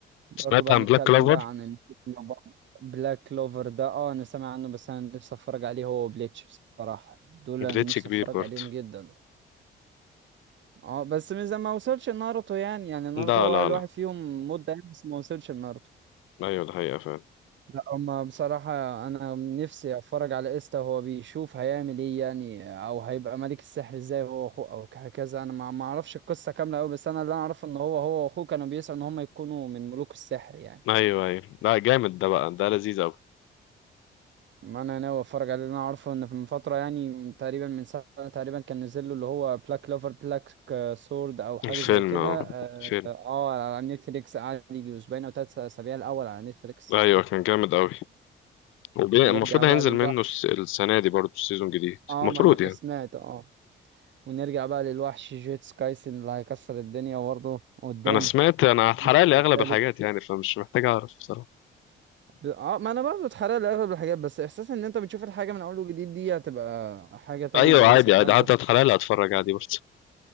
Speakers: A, on the right; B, on the left.
A: برضو
B: سمعت
A: بقى
B: عن
A: نتكلم
B: بلاك كلوفر
A: بقى عن ال- بلاك كلوفر ده اه انا سامع عنه بس انا نفسي اتفرج عليه هو وبليتش بصراحة دول
B: جليتش
A: انا نفسي
B: كبير
A: اتفرج
B: برضه
A: عليهم جدا اه بس من زمان ما وصلش ناروتو يعني يعني ناروتو
B: لا
A: هو
B: لا
A: اقل
B: لا
A: واحد فيهم مدة يعني بس ما وصلش لناروتو
B: ايوه ده حقيقة فعلا
A: لا اما بصراحة انا نفسي اتفرج على ايستا وهو بيشوف هيعمل ايه يعني او هيبقى ملك السحر ازاي هو واخوه او هكذا انا ما ما اعرفش القصة كاملة قوي بس انا اللي انا اعرفه ان هو هو واخوه كانوا بيسعوا ان هم يكونوا من ملوك السحر يعني
B: ايوه ايوه لا جامد ده بقى ده لذيذ اوي
A: ما انا ناوي اتفرج عليه لأن انا عارفه ان في من فتره يعني من تقريبا من سنه تقريبا كان نزل له اللي هو بلاك لوفر بلاك سورد او حاجه
B: الفيلم
A: زي كده
B: اه
A: اه
B: فيلم
A: آه، على نتفليكس قعد يجي اسبوعين او ثلاث اسابيع الاول على نتفليكس
B: ايوه كان جامد اوي وبي-
A: نرجع
B: المفروض
A: بقى
B: هينزل
A: للوحش
B: منه الس- السنة دي برضه السيزون جديد
A: اه
B: المفروض
A: ما انا
B: يعني
A: سمعت اه ونرجع بقى للوحش جيتس كايسن اللي هيكسر الدنيا برضه قدام
B: انا سمعت انا
A: في الجزء
B: اتحرق لي
A: التالت
B: اغلب الحاجات يعني فمش محتاج اعرف بصراحة
A: ب- اه ما انا برضه اتحرق لي اغلب الحاجات بس احساس ان انت بتشوف الحاجه من اول وجديد دي هتبقى حاجه تانية
B: ايوه
A: بالرسومات
B: عادي عادي حتى اتحلال اتفرج عادي برضه